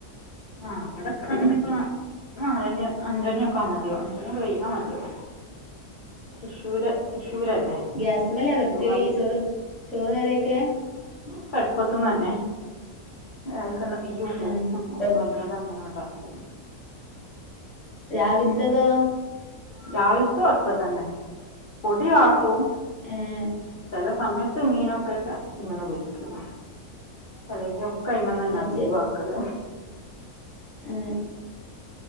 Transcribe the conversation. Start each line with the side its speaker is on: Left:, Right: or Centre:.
Left: ആ് അടെ എത്തണെങ്കിപ്പോ അ നാലണി അഞ്ചണിയൊക്കാമതിയാവും അഞ്ചണി കയ്യാമതിയാവും തൃശ്ശൂര് തൃശ്ശൂരല്ലേ
Centre: ഗ്യാസ്മ്മലാ വെക്കൽ
Left: ഗുരുവായൂർ
Centre: ഇയ്യ് ചോറ് ചോറും കറിയൊക്കെ
Left: ക്കെ അട്പ്പത്ത്ന്നന്നെ രാവിലക്കെന്നെ തീയ്യൂട്ടും
Centre: ഏഹ് ഇപ്പൊ
Left: അപ്പൊ അയിമ്മൽ അങ്ങനെ ആട്ടാക്കും
Centre: രാവിലത്തെതോ
Left: രാവിൽത്തതും അട്പ്പത്തെന്നെ പൊടിവാട്ടും
Centre: ഏഹ്
Left: ചെല സമയത്ത് മീനൊക്കെ ഇങ്ങന്ന് പൊരിക്കും അല്ലെങ്കി ഒക്കെ അയിമ്മന്നെന്നെ
Centre: അത്
Left: അധികും ആക്കൽ
Centre: ഏ